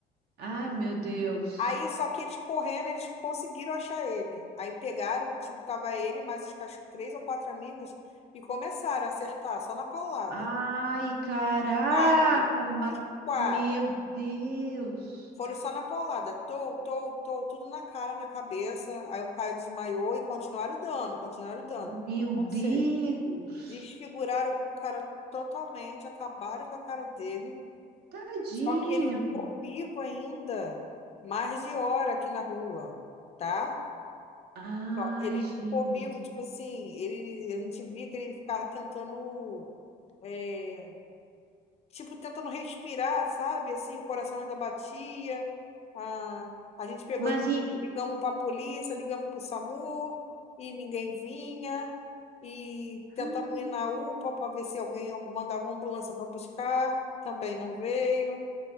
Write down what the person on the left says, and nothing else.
Aí só que eles correndo, eles conseguiram achar ele. Aí pegaram, tipo, tava ele, mais os acho que três ou quatro amigos e começaram a acertar só na paulada.
Os quatro,
os quatro.
Foram só na paulada, tou, tou, tou, tudo na cara, na cabeça. Aí o cara desmaiou e continuaram dando, continuaram dando.
Ou
seja, desfiguraram o cara totalmente, acabaram com a cara dele.
Só que ele ficou vivo ainda, mais de hora aqui na rua, tá?
Ó, Ele
ficou vivo, tipo assim, ele, a gente via que ele ficava tentando eh, tipo, tentando respirar, sabe? Assim, o coração ainda batia. A, a gente pegou,
e
ligamos para a polícia, ligamos para o SAMU e ninguém vinha. E tentamos
ir na UPA para ver se alguém mandava uma ambulância para buscar, também não veio.